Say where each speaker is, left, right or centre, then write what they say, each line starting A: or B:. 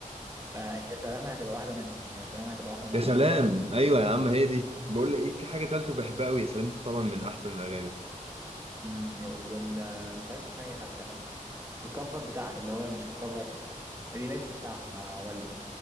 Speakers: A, on the right; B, on the right.
A: فيا سلام هتبقى واحدة منهم يعني يا سلام هتبقى واحدة منهم
B: يا سلام
A: وش
B: ايوه يا عم هي دي بقول لك ايه في حاجه تالته بحبها قوي يا سلام دي طبعا من احسن الاغاني
A: مم، يا- وال مش عارف اسمها ايه حتى ال- الكفر بتاع اللي هو مش الكفر الريميكس بتاعها مع والدي